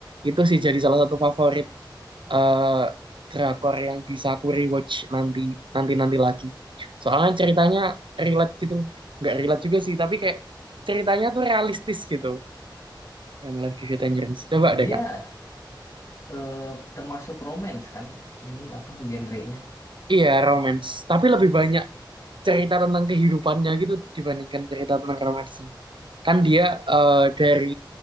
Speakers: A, on the right; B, on the left.
A: Itu sih jadi salah satu favorit eh drakor yang bisa aku rewatch nanti nanti nanti lagi. Soalnya ceritanya relate gitu loh. Eh, Nggak relate juga sih, tapi kayak ceritanya tuh realistis gitu. When Life Gives You Tangerines. Coba
B: Dia
A: deh Kak.
B: eh, termasuk romance kan? Ini apa genrenya?
A: Iya, romance. Tapi lebih banyak cerita tentang kehidupannya gitu dibandingkan cerita tentang romansnya. Kan dia eh, dari